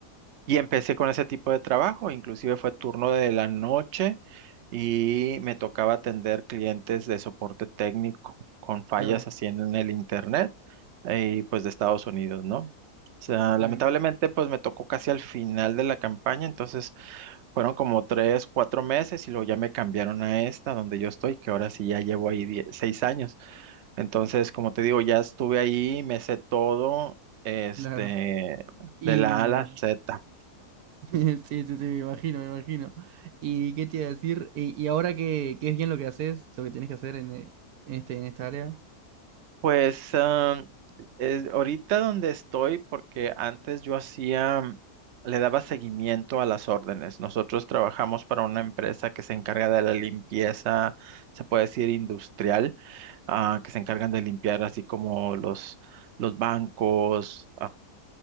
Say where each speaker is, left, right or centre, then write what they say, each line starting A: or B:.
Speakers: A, on the right; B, on the right.
A: Y empecé con ese tipo de trabajo, inclusive fue turno de la noche y me tocaba atender clientes de soporte técnico con fallas
B: claro,
A: así en el internet eh, y pues de Estados Unidos, ¿no? O sea,
B: ay,
A: lamentablemente pues me tocó casi al final de la campaña, entonces fueron como tres, cuatro meses y luego ya me cambiaron a esta donde yo estoy, que ahora sí ya llevo ahí die- seis años. Entonces, como te digo, ya estuve ahí, me sé todo, este,
B: claro. Y
A: de la
B: mm,
A: A a la Z.
B: <laughs> sí, sí, sí, me imagino, me imagino. ¿Y qué te iba a decir? Y, y ahora que, que es bien lo que haces, lo que tenés que hacer en, eh, en este, en esta área,
A: Pues am, es- ahorita donde estoy, porque antes yo hacía, mm, le daba seguimiento a las órdenes. Nosotros trabajamos para una empresa que se encarga de la limpieza, se puede decir industrial, ah, que se encargan de limpiar así como los, los bancos,